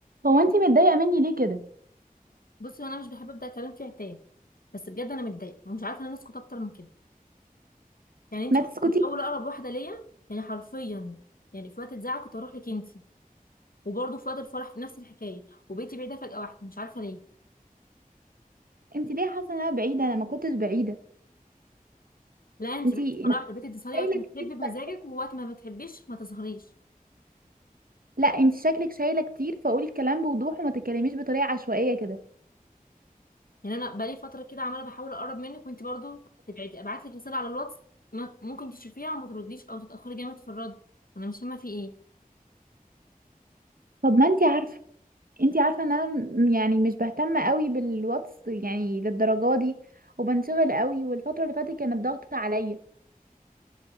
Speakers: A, on the right (about 75°); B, on the left (about 75°).
A: هو انت متضايقه مني ليه كده
B: بصي انا مش بحب ابدا كلام فيه عتاب بس بجد انا متضايقه ومش عارفه ان انا اسكت اكتر من كده يعني انت
A: ما
B: كنت
A: تسكتي
B: في الاول اقرب واحده ليا يعني حرفيا يعني في وقت الزعل كنت اروح لك انت وبرضه في وقت الفرح في نفس الحكايه وبيتي بعيده فجاه واحده مش عارفه ليه
A: انت ليه حاسه ان انا بعيده انا ما كنتش بعيده
B: لا انت
A: انت
B: بعيده
A: انت
B: مره واحده بقيتي تظهري
A: شايله
B: وقت ما تحبي
A: كتير
B: بمزاجك
A: شك-
B: ووقت ما بتحبيش ما تظهريش
A: لا انت شكلك شايله كتير فقولي الكلام بوضوح وما تتكلميش بطريقه عشوائيه كده
B: يعني انا بقالي فتره كده عماله بحاول اقرب منك وانت برضه تبعدي ابعت لك رساله على الواتس ما- ممكن تشوفيها وما ترديش او تتاخري جامد في الرد انا مش فاهمه في ايه
A: طب ما انت عارفه انت عارفه ان انا م- يعني مش بهتم قوي بالواتس يعني للدرجه دي وبنشغل قوي والفتره اللي فاتت كانت ضغط عليا